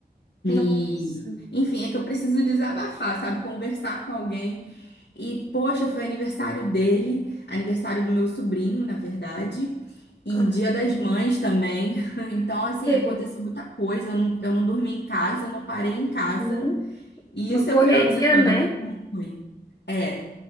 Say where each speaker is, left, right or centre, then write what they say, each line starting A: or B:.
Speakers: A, on the left (about 85°); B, on the left (about 20°).
A: e,
B: Nossa,
A: enfim, é que eu preciso desabafar, sabe, conversar com alguém. E, poxa, foi aniversário dele, aniversário do meu sobrinho, na verdade. E
B: Ah,
A: Dia das Mães também. <laughs> Então, assim,
B: sei.
A: aconteceu muita coisa. Eu não, eu não dormi em casa, eu não parei em casa.
B: Uhum.
A: E
B: Uma
A: o seu
B: correria,
A: final de semana,
B: né?
A: como foi? É.